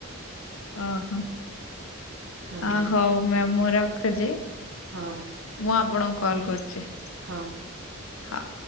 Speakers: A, on the left (about 70°); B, on the right (about 55°).
A: ଓ ହୋ।
B: ହଁ
A: ହ ହଉ ମ୍ୟାାମ ମୁଁ ରଖୁଛି
B: ହଁ
A: ମୁଁ ଆପଣଙ୍କୁ କଲ କରୁଛି।
B: ହଁ।
A: ହଁ।